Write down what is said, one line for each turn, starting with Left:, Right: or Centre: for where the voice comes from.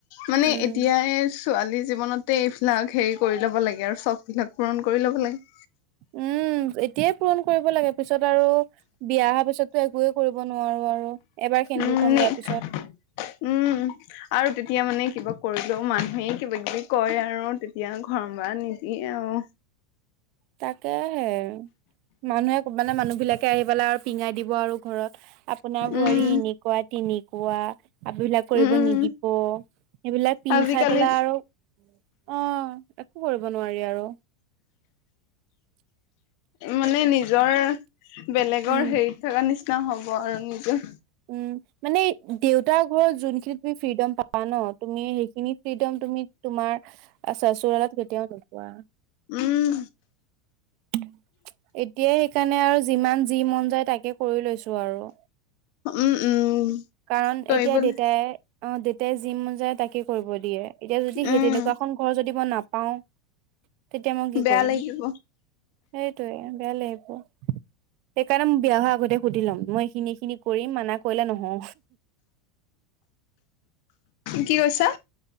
Left: মানে
Right: উম,
Left: এতিয়াই ছোৱালী জীৱনতে এইবিলাক হেৰি কৰি ল'ব লাগে আৰু চখবিলাক পূৰণ কৰি ল'ব লাগে।
Right: উম এতিয়াই পূৰন কৰিব লাগে পিছত আৰু বিয়া অহা পিছতো একোয়ে কৰিব নোৱাৰো আৰু এবাৰ সেন্দুৰ
Left: উম
Right: কন লোৱাৰ পিছত ছাত
Left: উম আৰু তেতিয়া মানে কিবা কৰি মানুহে কিবা কিবি কৰে আৰু তেতিয়া ঘৰ বা নিদিয়ে আৰু।
Right: তাকে হে মানুহে মানে মানুহ বিলাকে আহি পেলাই আৰু পিঙাই দিব আৰু ঘৰত। আপোনাৰ বোৱাৰী
Left: উম
Right: এনেকোৱা তেনেকোৱা আপ বিলাক কৰিব
Left: উম
Right: নিদিব সেইবিলাক পিন্ধ
Left: আজিকালি
Right: খাই পেলাই আৰু অ একো কৰিব নোৱাৰি আৰু।
Left: মানে নিজৰ বেলেগৰ
Right: উম।
Left: হেৰিত থকা নিচিনা হ'ব আৰু নিজৰ
Right: উম মানে দেউতাৰ ঘৰত যোন য ত তুমি ফ্ৰীডম পা ন তুমি সেইখিনি ফ্ৰীডম তুমি তোমাৰ <unintelligible> আচ্ছা চোৰালত কেতিয়াও নোপোৱা <unintelligible>
Left: উম
Right: এতিয়াই সেইকাৰণে আৰু যিমান যি মন যায় তাকে কৰি লৈছো আৰু
Left: উম উম
Right: কাৰণ
Left: কৰিবলৈ
Right: এতিয়া দেউতাই অ দেউতাই যি ম যায় তাকে কৰিব দিয়ে এতিয়া যদি সেই
Left: উম
Right: তেনেকুৱাখন ঘৰ যদি নাপাও তেতিয়া মই কি
Left: বেয়া
Right: কৰিম
Left: লাগিব
Right: সেইটোৱে বেয়া লাগিব সেইকাৰণে মই বিয়া হোৱা আগতে সুধি লম মই এইখিনি এইখিনি কৰিম মানা কৰিলে নহও
Left: কি কৈছা